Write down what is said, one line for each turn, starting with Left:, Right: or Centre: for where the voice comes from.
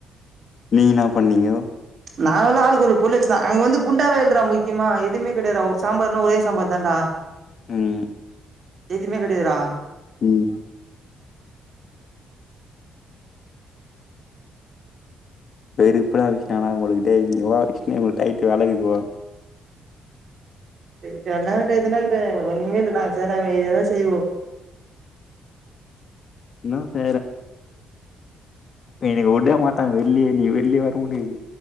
Left: நீ என்ன பண்ணீங்கோ
Right: நான்லா ஆளுக்கு ஒரு பொளு வச்சுதா அங்க வந்து குண்டாவே ல்றா முக்கியமா எதுவுமே கிடையா சாம்பார்னா ஒரே சாம்பார் தான்டா
Left: ம்
Right: எதுமே கிடையரா
Left: ம் வெறுப்பலா விஷயம்னா போலுருக்குடேய் இங்க வா <unintelligible> டைட் வெலகுதுவா
Right: டைட்டானா டயத்துல ஒன்னுமே <unintelligible> நாங்க செய்ற வேண்டியத செய்வோ
Left: <unintelligible> இன்னைக்கு உட மாட்டான் வெள்ளியே நீ வெள்ளியே வரமுடியாது